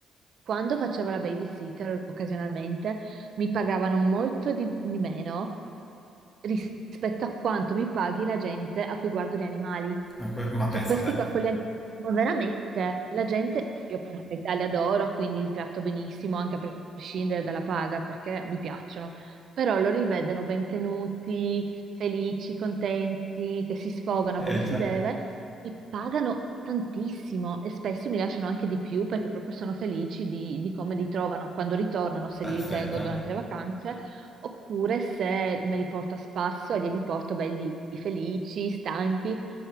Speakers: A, on the right; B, on the left.
A: Quando facevo la babysitter occasionalmente mi pagavano molto di, di meno rispetto a quanto mi paghi la gente a cui guardo gli animali.
B: Ma que- ma
A: Cioè
B: pensa
A: questi
B: a te.
A: qua con gli ani- <laughs> Ma veramente, la gente, io per carità li adoro, quindi li tratto benissimo anche a prescindere dalla paga perché mi piacciono, però loro li vedono ben tenuti, felici, contenti, che si sfogano
B: Eh
A: come si
B: già,
A: deve, mi pagano tantissimo e spesso mi lasciano anche di più perché proprio sono felici di, di come li trovano quando ritornano, se
B: perfetto.
A: li ritengo durante le vacanze, oppure se me li porto a spasso e li porto belli felici, stanchi,